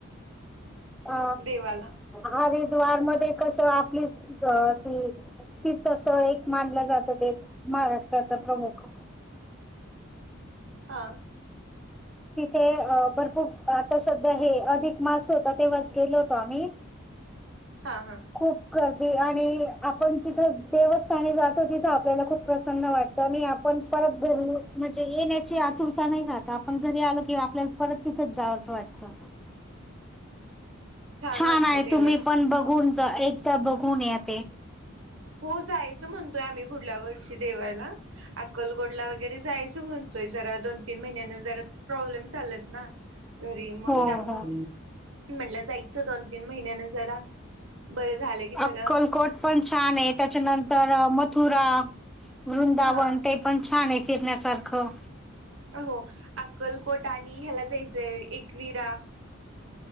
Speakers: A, in the centre; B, on the right (about 70°).
A: अ
B: देवाला
A: आपली तीर्थस्थ एक मानल जात ते महाराष्ट्राचा प्रमुख.
B: हा
A: तिथे अ भरपूर आता सध्या हे अधिक मास होता तेव्हाच गेलो होतो आम्ही
B: हा हा
A: खूप गर्दी आणि आपण जिथं देवस्थानी जातो तिथं आपल्याला आपण जिथे देवस्थानी जातो तिथ आपल्याला खूप प्रसन्न वाट आणि आपण परत घरी म्हणजे येण्याची आतुरता नाही राहत आपण घरी आलो किंवा आपल्याला परत तिथच जावस वाटत. हो हो छान
B: वाटतं
A: आहे.
B: देवाचे
A: तुम्ही पण बघून, एकदा बघून या ते
B: हो जायचं म्हणतोय, आम्ही पुुढल्या वर्षी देवाला अक्कलकोटला वगैरे जायचं म्हणतोय. जरा दोन तीन महिन्यांना जरा प्रॉब्लेम चालत ना, घरी मग
A: हो
B: त्यामुळे,
A: हो.
B: म्हटलं जायचं दोन तीन महिन्यानं जरा, बरं झालं की सगळं
A: अक्कलकोट पण छान आहेत. त्याच्यानंतर मथुरा, वृंदावन
B: हा
A: ते पण छान आहे. फिरण्यासारखं
B: हो अक्कलकोट आणि ह्याला जायचंय एकविरा